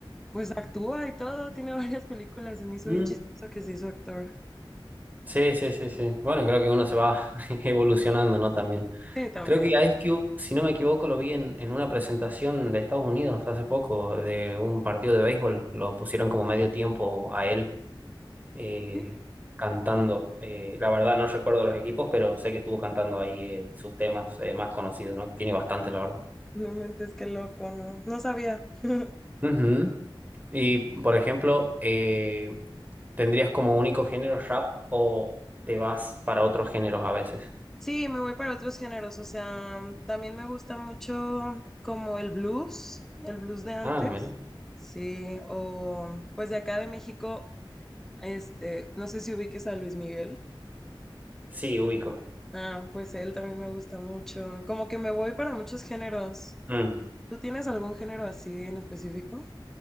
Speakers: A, in the centre; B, on the right (about 20°).
A: pues actúa y todo, tiene <laughs> varias películas. Se me hizo
B: Mm,
A: bien chistoso que se hizo actor.
B: Sí, sí, sí, sí. Bueno, creo que uno se va <laughs> evolucionando, ¿no? También.
A: Sí, también.
B: Creo que a Ice Cube, si no me equivoco, lo vi en, en una presentación de Estados Unidos hace poco, de un partido de béisbol. Lo pusieron como medio tiempo a él eh,
A: Sí,
B: cantando. Eh, la verdad no recuerdo los equipos, pero sé que estuvo cantando ahí eh, sus temas eh, más conocidos, ¿no? Tiene bastante, la verdad.
A: realmente es que loco, ¿no? No sabía. <laughs>
B: Ujú. Y, por ejemplo, eh, ¿tendrías como único género rap o te vas para otros géneros a veces?
A: Sí, me voy para otros géneros, o sea, también me gusta mucho como el blues, el blues de antes,
B: Ah, mira.
A: sí, o pues de acá de México, este, no sé si ubiques a Luis Miguel,
B: Sí, ubico.
A: ah, pues él también me gusta mucho, como que me voy para muchos géneros.
B: Mm.
A: ¿Tú tienes algún género así en específico?